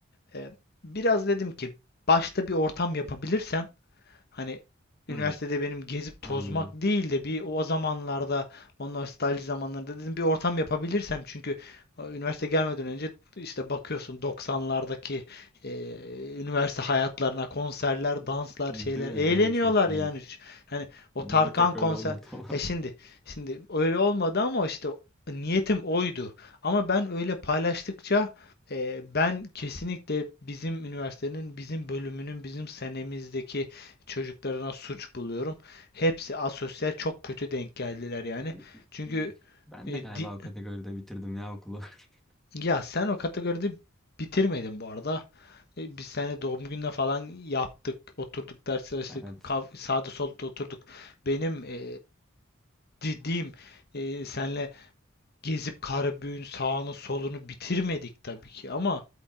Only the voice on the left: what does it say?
e, biraz dedim ki başta bir ortam yapabilirsem Hani üniversitede
benim gezip tozmak
değil de bir o zamanlarda o nostalji zamanlarında dedim bir ortam yapabilirsem çünkü e, üniversite gelmeden önce işte bakıyorsun 90'lardaki e, üniversite hayatlarına konserler, danslar,
şeyler
eğleniyorlar
yani. Ş- Hani o
Tarkan
konser
e şimdi şimdi öyle olmadı ama işte niyetim oydu. Ama ben öyle paylaştıkça e, ben kesinlikle bizim üniversitenin, bizim bölümünün, bizim senemizdeki çocuklarına suç buluyorum. Hepsi asosyal çok kötü denk geldiler yani.
Çünkü
e,
di-
ya sen o kategoride bitirmedin bu arada. E, Biz seninle doğum gününe falan yaptık, oturduk, ders çalıştık,
kav- sağda solda oturduk. Benim e, dediğim e, senle gezip Karabük'ün sağını solunu bitirmedik tabii ki ama